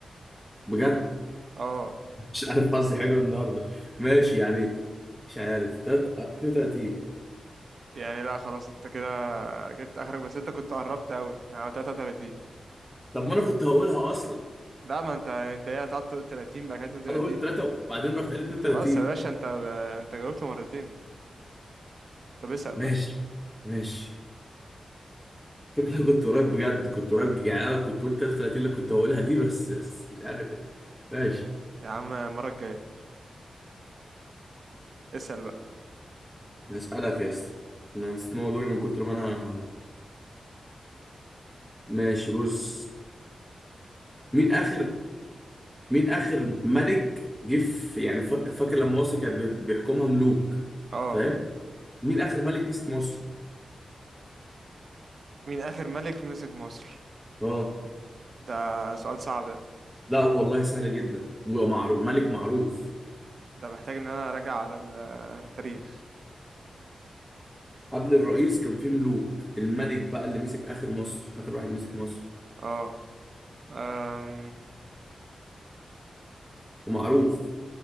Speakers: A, in the centre; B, on the right (about 60°).
A: بجد
B: اه
A: مش عارف حظي حلو النهارده ماشي يعني مش عارف تلات- آه، 32
B: يعني لا خلاص انت كده جبت اخرك بس انت كنت قربت قوي يعني 33
A: طب ما انا كنت هقولها اصلا
B: لا ما انت انت ايه هتقعد تقول 30 بقى 32
A: انا قلت 3 وبعدين رحت قال 32
B: خلاص يا باشا انت انت جاوبت مرتين طب اسأل
A: ماشي
B: بقى
A: ماشي فكرة كنت قريب بجد كنت قريب يعني انا كنت قلت 33 اللي كنت هقولها دي بس بس مش عارف يعني ماشي
B: يا عم المرة الجاية اسأل بقى
A: هسألك يا اسطى انا نسيت ان هو دوري من كتر ما انا ماشي بص مين اخر مين اخر ملك جه في- يعني فا- فاكر لما مصر كان بي- بيحكمها ملوك
B: اه
A: فاهم مين اخر ملك مسك مصر
B: مين اخر ملك مسك مصر
A: اه
B: ده سؤال صعب ده
A: لا والله سهلة جدا ومعروف ملك معروف
B: ده محتاج ان انا اراجع على التاريخ
A: قبل الرئيس كان في ملوك الملك بقى اللي مسك آخر مصر آخر واحد مسك مصر
B: اه أم...
A: ومعروف